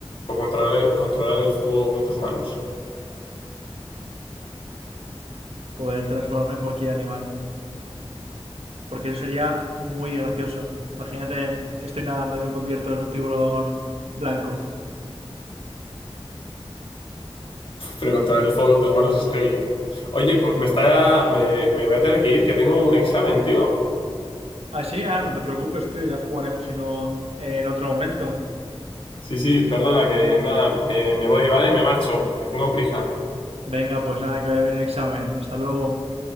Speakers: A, on the left; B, on the right.
A: o controlar el, controlar el fuego con tus manos?
B: Poder transformarme en cualquier animal. Porque eso sería muy gracioso. Imagínate que estoy nadando y me convierto en un tiburón blanco.
A: Pero controlar el fuego con tus manos es heavy. Oye, pues, me está. Me, me voy a tener que ir, que tengo un examen, tío.
B: Ah, sí, ah, no te preocupes, tío, ya jugaremos si no en otro momento.
A: Sí, sí, perdona, que nada, me, me voy, ¿vale? Me marcho, que tengo prisa.
B: Venga, pues nada, que vaya bien el examen. Hasta luego.